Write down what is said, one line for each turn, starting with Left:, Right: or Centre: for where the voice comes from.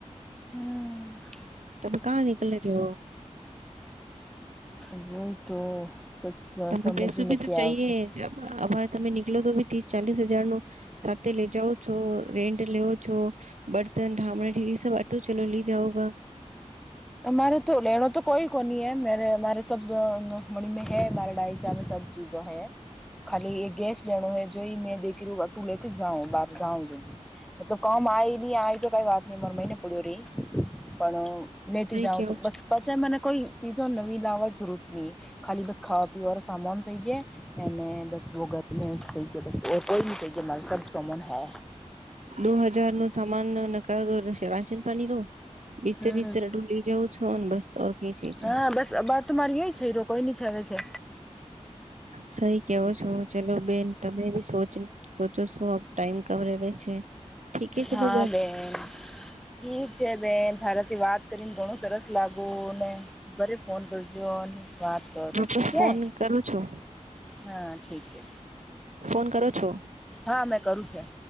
Centre: હમ
Right: તમે કહા, નનીકલે જો
Centre: બય તો કછ
Right: તમે,
Centre: સમજ
Right: બેસી
Centre: ઈ નથી
Right: ભી તો
Centre: આવતું.
Right: ચઈએ આભાર, તમે નીકળ તો બી ત્રીસ ચાલીસ હજાર નુ સાથે લઇ જાઓ, છો રેન્ટ લેવ છો બર્તન ઢામણે ઠીક, એ સબ આટો ચલો લી જઓગ
Centre: અમારે, તો લેણુ તો કોઈ કોની એ મારે સબ મણી મે, હૈ મારાડાઈ ચામે સબ ચીજો, હ ખાલી એ ગેસ લેણુ હ, જોઈ મેં યુ કેરી ટુલે અથી, જ જાઓ અબાર જાઓ જદી મતલબ કામ આ નહી, આ તો કઈ વાત નઈ માર મહિને પડ્યો રહી, પણ લેતી,
Right: સહી
Centre: જાઉ
Right: કેવો
Centre: તો બસ
Right: છો
Centre: પછી મને કોઈ, ચીજો નવી લાવવાની જરૂર નહી, ખાલી બસ ખાવા પીવાનો સામાન સઇજે થઈ જાય અને બસ વગરમે થઈ જતા બસ્ત ઓર કોઈની સઇજે મારે સબ સોમન હે
Right: દો હજારનું સમાન નકારો રહેશે અનીરો બીસ્તર
Centre: હમ્મ
Right: બીસ્તેર અઢોલી જવ છોને બસ કઈ ચીજ
Centre: હા
Right: હે
Centre: બસ અબાર તો મારી એઈસ છે, રો કોઈની છાવે છે.
Right: સહી કેવો છો ચલો બેન તમે બી સોચ સોચો છો ટાઈમ કવરેવે છે. ઠીકે ચલો
Centre: હા બેન ઠીક છે બેન તારીથી વાત કરીને ઘણું સરસ લાગો ને ઘરે ફોન કરજો અને અને વાત કરો
Right: વાપસ
Centre: ઠીક
Right: ફોન
Centre: હે
Right: કરો છો
Centre: હા ઠીક છે.
Right: ફોન કરો છો?
Centre: હા મેં કરું છે.